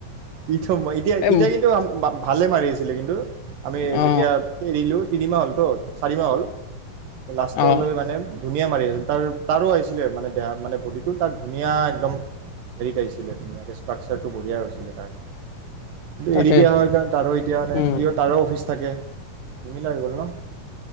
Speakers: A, on the right (about 85°); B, on the left (about 70°).
A: ইটো এতিয়া-এতিয়া
B: এ
A: কিন্তু ভালে মাৰি আছিলে কিন্তু, আমি
B: অ
A: যেতিয়া এৰিলোঁ। তিনিমাহ হ'ল তো, চাৰিমাহ হ'ল। লাষ্টতলৈ
B: অ
A: মানে ধো ধুনীয়া মাৰি আছিল, তাৰ তাৰো আহিছিলে মানে দেহা মানে বডিটো তাৰ ধুনীয়া একদম হেৰিত আহিছিলে, ধুন ষ্ট্ৰাকচাৰটো বঢ়িয়া হৈছিলে তাৰ।
B: তাকে
A: এৰি দিয়া হয় কাৰণ তাৰো এতিয়া মানে
B: উম
A: তাৰো অফিচ থাকে। নিমিলা হৈ গল ন।